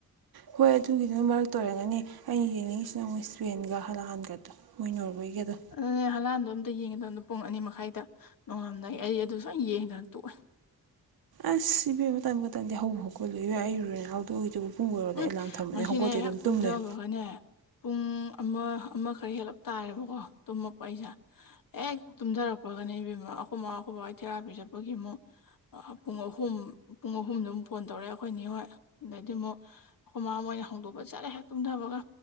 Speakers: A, on the right; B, on the left.
A: ꯍꯣꯏ ꯑꯗꯨꯒꯤꯗꯨꯅ ꯃꯔꯛꯇ ꯑꯣꯏꯝꯔꯒꯅꯤ ꯑꯩꯅ ꯌꯦꯡꯅꯤꯡꯉꯤꯁꯤꯅ ꯃꯣꯏ ꯏꯁꯄꯦꯟꯒ ꯍꯂꯥꯟꯒꯗꯣ ꯃꯣꯏ ꯅꯣꯔꯋꯦꯒꯗꯣ
B: ꯑꯗꯨꯅꯦ ꯍꯂꯥꯟꯗꯣ ꯑꯝꯇ ꯌꯦꯡꯒꯦꯇꯧꯅꯤ ꯄꯨꯡ ꯑꯅꯤ ꯃꯈꯥꯏꯗ ꯅꯣꯡꯉꯥꯜ ꯂꯝꯗꯥꯏ ꯑꯩ ꯑꯗꯨ ꯁꯣꯏ ꯌꯦꯡꯗꯅ ꯇꯣꯛꯑꯣꯏ
A: ꯑꯁ ꯏꯕꯦꯝꯃ ꯇꯟꯕꯨ ꯇꯥꯟꯗꯦ ꯍꯧꯕꯨ ꯍꯧꯒꯧꯂꯦ ꯏꯕꯦ ꯑꯩ <unintelligible>
B: ꯎꯝ
A: ꯑꯦꯂꯥꯔꯝ ꯊꯝꯕꯅꯦ
B: ꯉꯁꯤꯅꯦ
A: ꯍꯧꯒꯠꯇꯦ ꯑꯗꯨꯝ
B: ꯍꯦꯛ ꯇꯨꯝꯗꯕꯒꯅꯦ
A: ꯇꯨꯝ ꯂꯩ
B: ꯄꯨꯡ ꯑꯃ ꯑꯃ ꯈꯔ ꯍꯦꯜꯂꯞ ꯇꯥꯔꯦꯕꯀꯣ ꯇꯨꯝꯃꯛꯄ ꯑꯩꯁꯦ ꯍꯦꯛ ꯇꯨꯝꯊꯔꯛꯄꯒꯅꯦ ꯏꯕꯦꯝꯃ ꯑꯩꯈꯣꯏ ꯃꯥ ꯑꯩꯈꯣꯏ ꯕꯥꯍꯣꯏ ꯊꯦꯔꯥꯄꯤ ꯆꯠꯄꯒꯤ ꯑꯃꯨꯛ ꯄꯨꯡ ꯑꯍꯨꯝ ꯄꯨꯡ ꯑꯍꯨꯝꯗꯃꯨꯛ ꯐꯣꯟ ꯇꯧꯔꯛꯑꯦ ꯑꯩꯈꯣꯏ ꯅꯦ ꯍꯣꯏ ꯑꯗꯩꯗꯤ ꯑꯃꯨꯛ ꯑꯩꯈꯣꯏꯃꯥ ꯑꯃꯨꯛ ꯑꯩꯅ ꯍꯧꯗꯣꯛꯄ ꯆꯠꯂꯦ ꯇꯨꯝꯊꯕꯒ